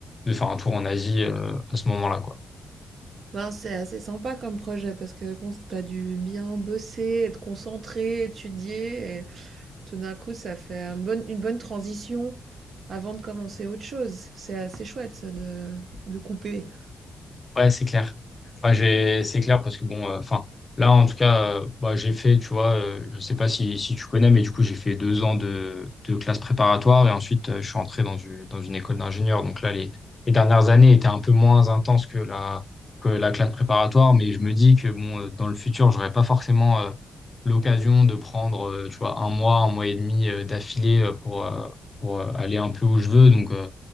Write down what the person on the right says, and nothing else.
Ben, c'est assez sympa comme projet parce que je pense que tu as dû bien bosser, être concentré, étudier. Et tout d'un coup, ça fait une bonne, une bonne transition avant de commencer autre chose. C'est assez chouette ça de, de couper.